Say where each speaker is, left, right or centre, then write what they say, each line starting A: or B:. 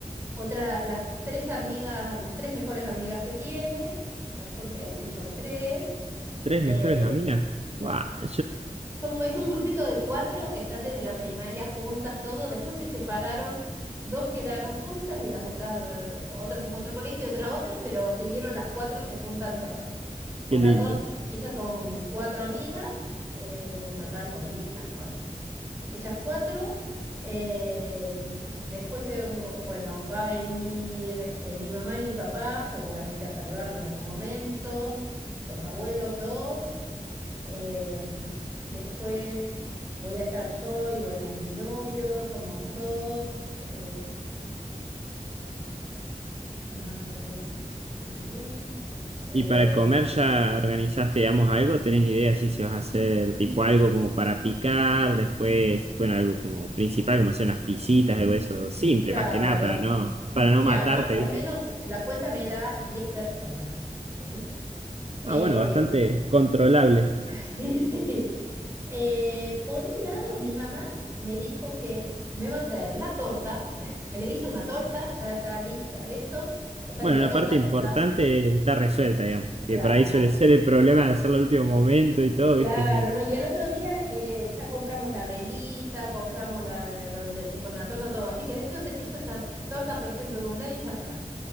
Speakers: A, on the right; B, on the right.
A: otra, las tres amigas, las tres mejores amigas que tiene, a ver, son tres, sí, son tres,
B: tres
A: eh,
B: mejores amigas. ¡Wow! <laughs>
A: son, es un grupito de cuatro que están desde la primaria juntas, todo, después se separaron, dos quedaron juntas y las otras, eh, otras en otro colegio, otra a otro, pero siguieron las cuatro, se juntan todas. O
B: Qué
A: sea,
B: lindo.
A: son, ellas son cuatro amigas, eh, en total con mi hija. Bueno, ellas cuatro. Eh, después tengo, bueno, va a venir eh, mi mamá y mi papá seguramente a saludarla en algún momento. Los abuelos dos. Eh, después voy a estar yo y bueno, y mi novio, somos dos. eh, madre y Luis. Eh,
B: Y para comer, ¿ya organizaste, digamos, algo? ¿Tenés idea si se vas a hacer tipo algo como para picar? Después, bueno, algo como principal, como hacer unas pisitas, algo de eso simple,
A: Claro,
B: más que nada, para no, para
A: Mira,
B: no matarte,
A: más o
B: ¿viste?
A: menos la cuenta me da 10 personas, ¿sí? Eh,
B: Ah, bueno, bastante controlable.
A: <laughs> sí, sí. Eh, por un lado, mi mamá me dijo que me va a traer la torta, <laughs> que le hice una torta, ya está lista eso, o sea
B: Bueno,
A: que la
B: la
A: torta
B: parte
A: ya
B: importante
A: está,
B: está resuelta, digamos,
A: claro,
B: que por ahí suele ser el problema de hacerlo al último momento y todo,
A: claro,
B: ¿viste? Es medio
A: ¿no? Y el otro día eh, ya compramos la velita, compramos la donde se pone la torta, todo, así que eso, es- eso está, torta perfecto de cumpleaños, ya está.